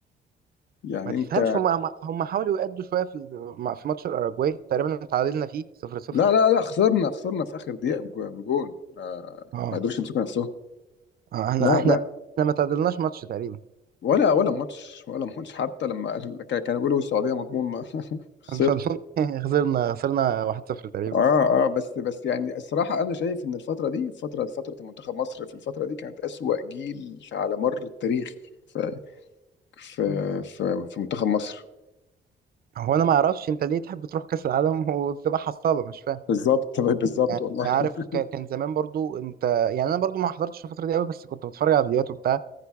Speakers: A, on the left; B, on the right.
A: يعني
B: ما تفهمش
A: انت
B: هم هم هم حاولوا يأدوا شويه في مع- في ماتش الاراجواي تقريبا تعادلنا فيه 0 0
A: لا لا لا خسرنا خسرنا في اخر دقيقه بجو- بجون آه،
B: اه
A: ما قدروش يمسكوا نفسهم
B: آه، احنا
A: لا
B: احنا
A: لا
B: احنا ما تعادلناش ماتش تقريبا
A: ولا ولا ماتش ولا ماتش حتى لما قال- كان- كانوا بيقولوا السعوديه مضمون <laughs> خسرت
B: <laughs> بس ما أظن- خسرنا خسرنا 1 0 تقريبا
A: اه اه بس بس يعني الصراحه انا شايف ان الفتره دي فتره فتره منتخب مصر في الفتره دي كانت اسوأ جيل على مر التاريخ في في في, في منتخب مصر
B: هو انا ما اعرفش انت ليه تحب تروح كاس العالم <laughs> وتبقى حصاله مش فاهم
A: بالظبط بالظبط
B: يعني
A: والله
B: عارف
A: <laughs>
B: ك- كان زمان برضو انت يعني انا برضو ما حضرتش الفتره دي قوي بس كنت بتفرج على فيديوهات وبتاع